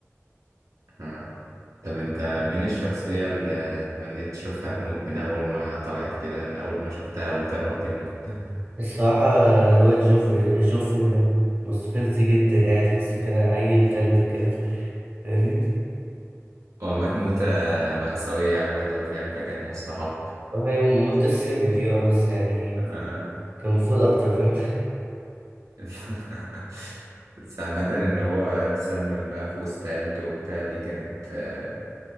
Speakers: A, on the right (about 80°); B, on the right (about 40°).
A: آه. طب انت من الشخصية اللي اتمنيت تشوفها تموت من أول ما طلعت كده من أول ما شفتها قلت يا رب يموت
B: الصراحة الواد جوفري جوفري ده مستفز جدا يعني تحسه كده عيل كلب كده فاهمني
A: هو مات موتة مأساوية عامة فاهم فكانت مستحق
B: هي موت السم دي اه بس يعني
A: آه.
B: كان المفروض أكتر فاهم
A: <laughs> بس عامة إن هو اتسمم بقى في وسط عيلته وبتاع دي كانت آه،